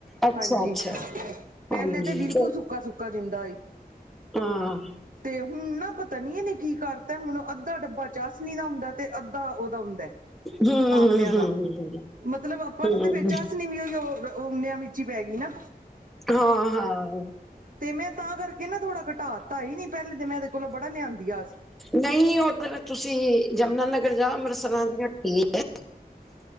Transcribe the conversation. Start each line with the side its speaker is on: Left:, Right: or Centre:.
Centre: ਅੱਛਾ,
Right: ਹਾਂਜੀ
Centre: ਅੱਛਾ
Right: ਪਹਿਲੇ
Centre: ਹਾਂਜੀ
Right: ਤੇ ਬਿਲਕੁਲ
Centre: ਚ
Right: ਸੁੱਕਾ ਸੁੱਕਾ। ਇੱਕ ਦਿੰਦਾ ਏ। <unintelligible>
Centre: ਹਾਂ।
Right: ਤੇ ਹੁਨ ਨਾ ਪਤਾ ਨੀ ਇਹਨੇ ਕੀ ਕਰਤਾ ਹੁਣ ਅੱਧਾ ਡੱਬਾ ਚਾਸ਼ਨੀ ਦਾ ਹੁੰਦਾ। ਤੇ ਅੱਧਾ ਉਹਦਾ ਹੁੰਦਾ।
Centre: ਹੂੰ-ਹੂੰ,
Right: ਆਮਲਿਆਂ ਦਾ ਮਤਲਬ ਆਪਾਂ
Centre: ਹੂੰ,
Right: ਨੂੰ ਤੇ ਫੇਰ ਚਾਸ਼ਨੀ ਵੀ ਉਹੀਂ ੳ ਉਲੇਆ ਵਿਚ। ਵਿਚੀ ਪੈ ਗੀ ਨਾ।
Centre: ਹਾਂ ਹਾਂ।
Right: ਤੇ ਮੈਂ ਤਾਂ ਕਰਕੇ ਨਾ ਥੋੜਾ ਘਟਾ ਦਿੱਤਾ ਸੀ ਨੀ ਪਹਿਲੇ ਤੇ ਮੈਂ ਇਹਦੇ ਕੋਲੋਂ ਬੜਾ ਲਿਆਂਦੀ ਆਸ।
Centre: ਨਹੀਂ ਉੱਧਰ ਤੁਸੀਂ ਜਮਨਾਨਗਰ ਜਾੳ ਅੰਮ੍ਰਿਤਸਰਾਂ ਦੀ ਹਟੀ ਏ।